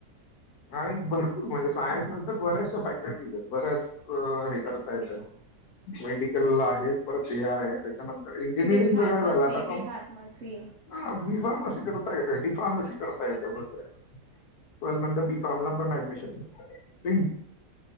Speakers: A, on the left; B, on the right.
A: आणि भरपूर म्हणजे सायन्स ना बऱ्याचशा फॅकल्टीज येत बऱ्याच हे करता येतात मेडिकल्ला आहे परत हे आहे त्याच्यानं इंजिनिअरिंग
B: डी फार्मसी
A: च काय झालं आता कंप
B: बी फार्मसी
A: ह बी फार्मसी करता येतय डि फार्मसी करता येतय ब टवेल् मधना बी फार्म ला पण एडमिशन भेटत. तीन